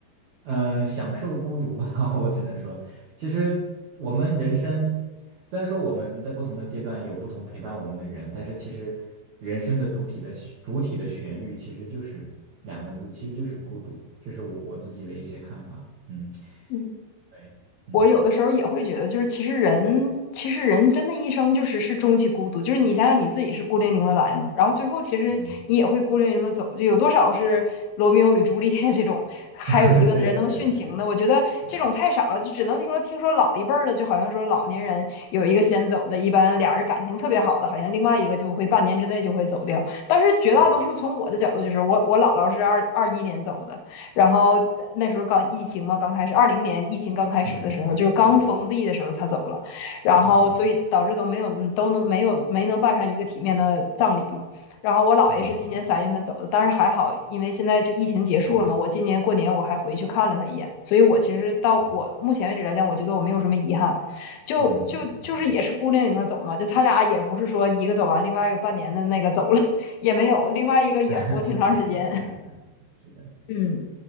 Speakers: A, on the right (about 70°); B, on the left (about 80°).
A: 嗯、呃享受孤独吧，<laughs> 我只能说。其实我们人生，虽然说我们在不同的阶段有不同陪伴我们的人，但是其实人生的主体的旋主体的旋律其实就是两个字，其实就是孤独。这是我我自己的一些看法。嗯，
B: 嗯。
A: 对，嗯
B: 我有的时候也会觉得，就是其实人，其实人真的一生就是是终其孤独，就是你想想你自己是孤零零的来嘛，然后最后其实你也会孤零零的走，
A: 嗯，
B: 就有多少是罗密欧与朱丽叶这种，<laughs> 还有一个人能殉情的，
A: <laughs> 对对对对对，
B: 我觉得这种太少了，
A: 嗯
B: 就只能听说听说老一辈儿的，就好像说老年人有一个先走的，一般俩人感情特别好的，好像另外一个就会半年之内就会走掉，但是绝大多数从我的角度就是我我姥姥是二二一年走的，
A: 嗯
B: 然后那时候刚疫情嘛，刚开始，二零年疫情刚开始的时候，
A: 嗯
B: 就是刚封闭的时候，
A: 嗯
B: 他走了，然后所以导致都没有都能没有没能办上一个体面的葬礼嘛。
A: 嗯
B: 然后我姥爷是今年三月份走的，
A: 嗯，嗯嗯
B: 但是还好，因为现在就疫情结束了嘛，
A: 好，好，
B: 我今年过年我还回去看了他一眼，所以我其实到我目前为止来讲，
A: 好，
B: 我觉得我没有什么遗憾，就就就是也是孤零零的走嘛，
A: 嗯嗯嗯
B: 就他俩也不是说一个走完，另外一个半年的那个走了 <laughs> 也没有，另外一个也活挺长时间，
A: 嗯，<laughs> 是的，是的，嗯嗯，是的。
B: <laughs> 嗯。